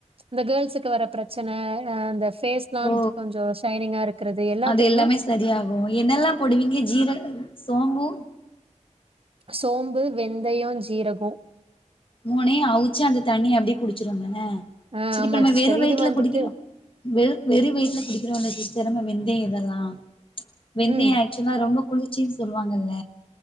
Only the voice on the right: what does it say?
இந்த கேர்ள்ஸுக்கு வர பிரச்சன ஆ அந்த ஃபேஸ்லா
கொஞ்சோ ஷைனிங்கா இருக்கறது எல்லாத்துக்
சோம்பு வெந்தயோ ஜீரகோ
ஆ
ஆமாங்க
சிஸ்டர்.
இது வந்துட்டு
ம்.